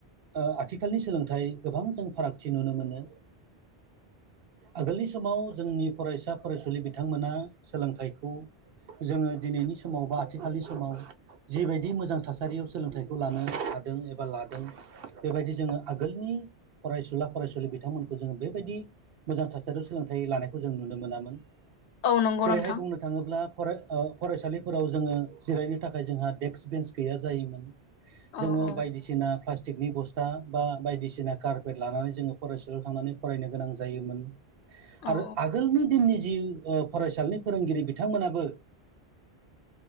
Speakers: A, on the right; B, on the left.
A: ओ आथिखालनि सोलोंथाइ गोबां जों फारागथि नुनो मोनो। आगोलनि समाव जोंनि फरायसा फरायसुलि बिथांमोना सोलोंथाइखौ। जोङो दिनैनि समाव बा आथिखालनि समाव। जिबायदि मोजां थासारियाव सोलोंथाइखौ लानो हादों एबा लादों बेबायदि जोङो आगोलनि। फरायसुला, फरायसुलि बि। नोथांमोनखौ जोङो बेबायदि मोजां थासारियाव सोलोंथाइ लानायखौ जों नुनो मोनामोन
B: औ नंगौ
A: जेरैहाय
B: नोंथां
A: बुंनो थाङोब्ला फराय ओ फरायसालिफोराव जोङो जिरायनो थाखाय जोंहा डेक्क बेन्स गैया जायोमोन जोङो
B: औ औ
A: बायदिसिना प्लास्टिकनि बस्था बा बायदिसिना कारपेट लानानै जोङो फरायसालियाव थांनानै फरायनो गोनां जायोमोन
B: औ
A: आरो आगोलनि दिननि जि फरायसालिनि फोरोंगिरि बिथांमोनाबो